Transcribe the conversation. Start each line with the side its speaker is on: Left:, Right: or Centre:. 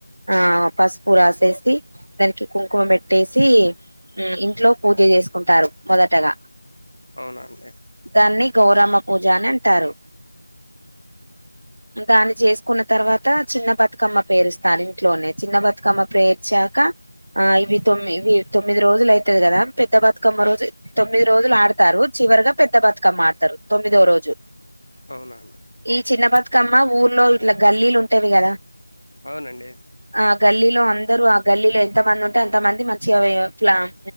Right: ఆ పసుపు రాసేసి దానికి కుంకుమ పెట్టేసి ఇంట్లో పూజ చేసుకుంటారు మొదటగా
Left: అవునండి
Right: దాన్ని గౌరమ్మ పూజ అని అంటారు దాన్ని చేసుకున్న తర్వాత చిన్న బతుకమ్మ పేరుస్తారు ఇంట్లోనే చిన్న బతుకమ్మ పేర్చాక ఆ ఇవి తొమ్మి ఇవి తొమ్మిది రోజులు అవుతది కదా పెద్ద బతుకమ్మ రోజు తొమ్మిది రోజులు ఆడతారు చివరిగా పెద్ద బతుకమ్మ ఆడతారు తొమ్మిదో రోజు
Left: అవున
Right: ఈ చిన్న బతుకమ్మ ఊర్లో ఇట్లా గల్లీలు ఉంటేవి కదా
Left: అవునండి
Right: ఆ గల్లీలో అందరు ఆ గల్లీలో ఎంత మంది ఉంటే ఎంత మంది మచి అవ ఫ్లామ్